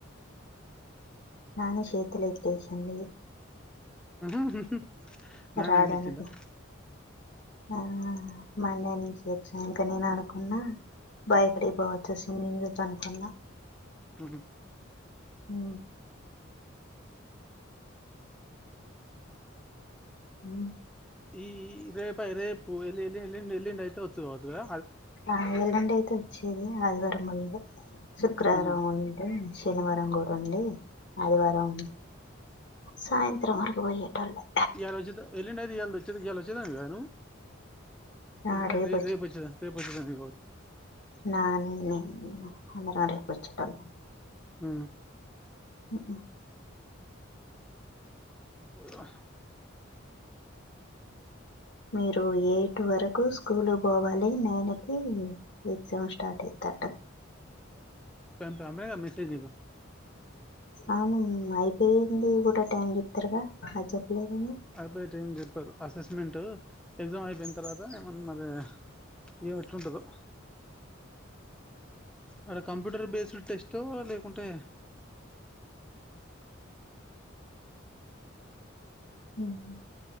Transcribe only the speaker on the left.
నానే చేతులు ఎతేసింది
రావడానికి
ఆ మండే నుంచి ఎగ్జామ్ ఇంకా నేను అనుకున్నా బాయక్కడికి పోవచ్చు స్విమ్మింగ్ చేయొచ్చు అనుకున్నా
హ హ
ఆ ఎల్లుండి <unintelligible> ఆదివారం <unintelligible> శుక్రవారం
ఉంటే శనివారం కూడా ఉండి అదివారం సాయంత్రం వరకు పోయేటోల్లం
ఆ
రేపు
<unintelligible> <unintelligible> వచ్చేటోళ్లు
ఉఓ
మీరు ఎయిట్ వరకు స్కూల్ పోవాలి నైన్ కి ఎగ్జామ్ స్టార్ట్ అయితంటది
అవును అయిపోయింది కూడా టైమ్ చెప్తారుగా చెప్పలేదండి
హ్మ్